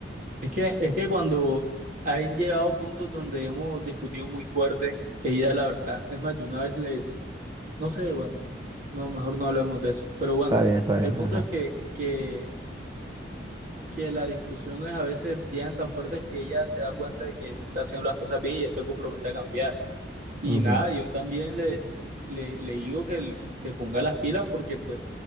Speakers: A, on the right; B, on the right.
A: Es que, es que cuando han llegado puntos donde hemos discutido muy fuerte, ella la verdad, es más, yo una vez le, no sé, bueno, no, mejor no hablemos de eso, pero bueno,
B: Está bien, está bien,
A: el punto
B: ajá.
A: es que, que que las discusiones a veces llegan tan fuertes que ella se da cuenta de que no está haciendo las cosas bien y ella se compromete a cambiar. Y
B: ujú,
A: nada, yo también le, le, le digo que se ponga las pilas porque pues